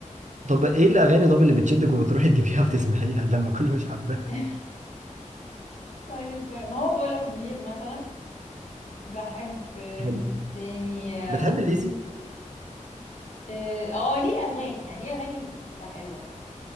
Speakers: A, on the right; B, on the left.
A: طب ايه الاغاني طب اللي بتشدك وبتروحي تجيبيها <laughs> وتسمعيها لما كل مش حباها
B: <laughs> طيب ما هو بقول لك منير مثلا بحب آه،
A: حلو.
B: مين تاني اه
A: بتحب الليسي
B: آه، ليه اغاني يعني ليه اغاني بتبقى حلوه